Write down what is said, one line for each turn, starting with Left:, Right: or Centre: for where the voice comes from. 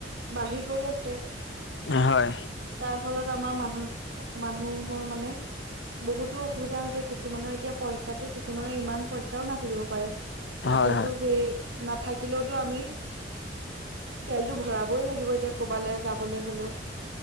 Right: বাঢ়ি গৈ আছে
Left: হয়
Right: তাৰ ফলত আমাৰ মানুহ মানুহৰ মানে বহুতো অসুবিধা যায় কিছুমানৰ এতিয়া পইচাো কিছুমানৰ ইমান পইচাও নাথাকিব পাৰে
Left: হয়
Right: এতিয়াতো
Left: হয়
Right: সেই নাথাকিলেওতো আমি তেলতটো ভৰাবই লাগিব এতিয়া কৰবালৈ যাবলৈ হ'লেও